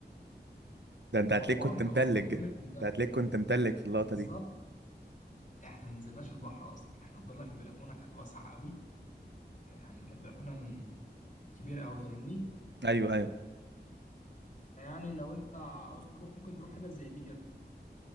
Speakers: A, on the right (about 80°); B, on the left (about 45°).
A: <laughs> ده انت
B: والله
A: هتلاقيك كنت متلج
B: اه قدام
A: انت
B: المنتزه
A: هتلاقيك كنت متلج في اللقطة
B: بالظبط
A: دي
B: احنا ما نزلناش البحر اصلا احنا فضلنا في بلكونه كانت واسعه قوي يعني كانت بلكونه من كبيره قوي فاهمني
A: ايوه ايوه
B: <laughs> يعني لو انت عاوز تروح ممكن تروح حتت زي دي كده